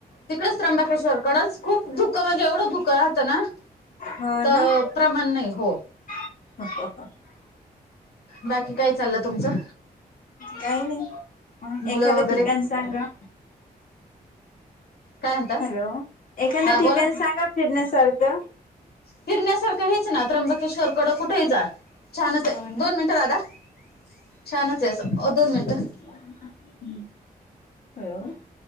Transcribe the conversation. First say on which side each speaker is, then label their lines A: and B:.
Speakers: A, on the left; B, on the left.
A: तिकडच त्र्यंबकेश्वर कडच खूप धुकं म्हणजे एवढं धुकं राहतं ना
B: हो
A: तर
B: ना
A: प्रमाण नाही हो
B: <unintelligible>
A: बाकी काय चाललं तुमचं
B: काही नाही
A: मुलं
B: एखाद
A: वगैरे
B: ठिकाण सांगा
A: काय म्हणता
B: हॅलो एखादं
A: हा
B: ठिकाण
A: बोला
B: सांगा फिरण्या सारखं
A: फिरण्यासारखं हेच ना त्र्यंबकेश्वर कडं कुठेही जा छानच हाय
B: हो ना
A: दोन मिनिट दादा छानच हाय असं ओ दोन मिनटं
B: हम् हॅलो <unintelligible>